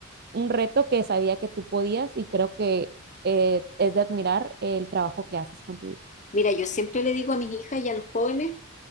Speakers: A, on the right; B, on the left.
A: un reto que sabía que tú podías y creo que eh, es de admirar el trabajo que haces con tu hijo.
B: Mira, yo siempre le digo a mis hijas y a los jóvenes